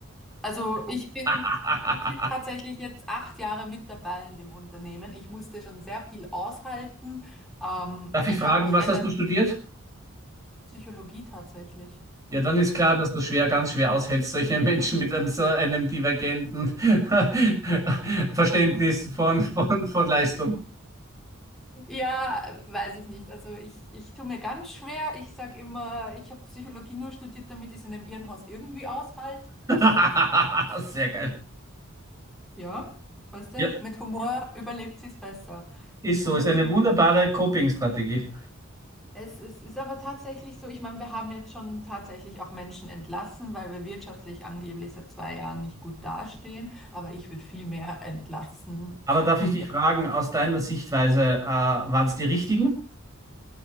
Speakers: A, in the centre; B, on the right (about 15°).
A: also ich bin,
B: <laughs>
A: ich bin tatsächlich jetzt acht Jahre mit dabei in dem Unternehmen. Ich musste schon sehr viel aushalten. Ähm,
B: Darf
A: ich
B: ich fragen,
A: habe mich
B: was
A: relativ
B: hast du studiert?
A: Psychologie tatsächlich.
B: Ja, dann ist klar, dass du schwer, ganz schwer aushältst, solche Menschen mit einem so einem divergenten <laughs> Verständnis von, von, von Leistung.
A: Ja, weiß ich nicht. Also ich, ich tue mir ganz schwer. Ich sage immer, ich habe Psychologie nur studiert, damit ich es in einem Irrenhaus irgendwie aushalte.
B: <laughs> Sehr geil.
A: Ja, weißt du,
B: Ja,
A: mit Humor überlebt sich's besser.
B: ist
A: Und
B: so, ist eine wunderbare Coping-Strategie.
A: es, es ist aber tatsächlich so, ich meine, wir haben jetzt schon tatsächlich auch Menschen entlassen, weil wir wirtschaftlich angeblich seit zwei Jahren nicht gut dastehen. Aber ich würde viel mehr entlassen,
B: Aber darf
A: die
B: ich dich fragen, aus deiner Sichtweise, äh, waren es die richtigen?